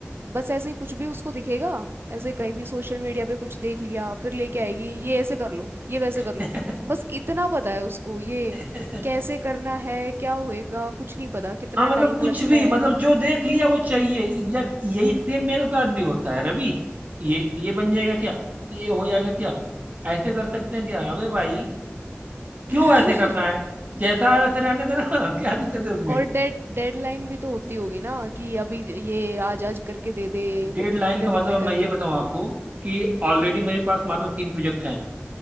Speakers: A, on the right (about 60°); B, on the right (about 40°).
A: बस ऐसे ही कुछ भी उसको दिखेगा ऐसे कहीं भी सोशल मीडिया पे कुछ देख लिया फिर लेके आएगी ये ऐसे कर लो ये वैसे
B: आपने
A: कर लो बस इतना पता है उसको ये
B: <laughs>
A: कैसे करना है क्या होएगा कुछ नहीं पता कितना
B: हाँ मतलब
A: टाइम
B: कुछ
A: लगता
B: भी
A: है
B: मतलब जो देख लिया वो चाहिए एग्जैक्ट यही सेम मेरे साथ भी होता है रवि ये ये बन जाएगा क्या ये हो जाएगा क्या ऐसे कर सकते हैं क्या अबे भाई क्यों
A: <laughs>
B: ऐसे करना है जैसा है वैसे रहने देना <laughs> क्या दिक्कत है उसमें
A: और डेड डेडलाइन भी तो होती होगी ना कि अभी ये आज आज करके दे दे
B: डेडलाइन
A: इतने
B: का
A: दिन
B: मतलब
A: में करके
B: मैं ये बताऊं आपको कि ऑलरेडी मेरे पास मान लो तीन प्रोजेक्ट हैं